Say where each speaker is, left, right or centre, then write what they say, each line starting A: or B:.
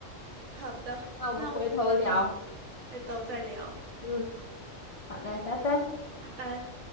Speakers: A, on the right; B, on the left.
A: 好的，
B: 那我们回头聊。
A: 那我们再都再聊，
B: 嗯，好嘞，拜拜。
A: 拜拜。